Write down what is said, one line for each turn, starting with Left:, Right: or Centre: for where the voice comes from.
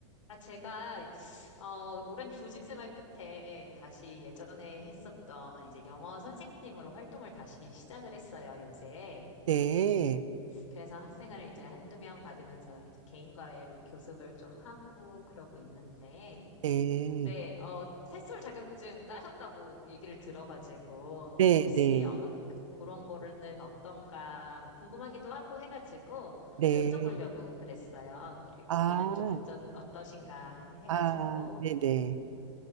Left: 아, 제가, 어, 오랜 교직 생활 끝에 다시 예전에 했었던 이제 영어 선생님으로 활동을 다시 시작을 했어요, 요새.
Right: 네,
Left: 그래서 학생을 이제 한두 명 받으면서 이제 개인과외로 교습을 좀 하고 그러고 있는데.
Right: 네,
Left: 근데, 어, 햇솔 자격증 따셨다고 얘기를 들어가지고,
Right: 네,
Left: 혹시,
Right: 네,
Left: 어, 그런 거는 어떤가 뭐 궁금하기도 하고 해가지고,
Right: 네.
Left: 여쭤보려고 그랬어요. 그리고
Right: 아,
Left: 일은 좀 어쩌, 어떠신가 해가지고.
Right: 아, 네네.
Left: 네.